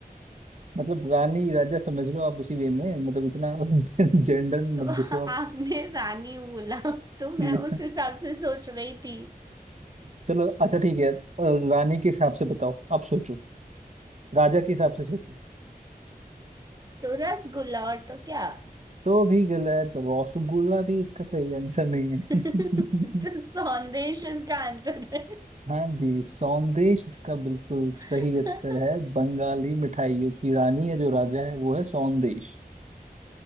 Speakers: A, on the right; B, on the right.
A: मतलब रानी राजा समझ लो आप उसी वे में मतलब इतना <laughs> जेंडर में
B: तो
A: मत
B: <laughs>
A: घुसो आप
B: आपने रानी बोला तो मैं
A: <laughs> जी।
B: उस हिसाब से सोच रही थी
A: चलो अच्छा ठीक है अ, रानी के हिसाब से बताओ आप सोचो राजा के हिसाब से सोचो
B: तो रसगुल्ला और तो क्या
A: तो भी गलत तो रसगुल्ला भी इसका सही आंसर नहीं है
B: <laughs>
A: <laughs>
B: तो संदेश इसका आंसर है
A: हाँ जी सौंदेश इसका बिल्कुल सही
B: <laughs>
A: उत्तर है बंगाली मिठाइयों की रानी है जो राजा है वो है सौंदेश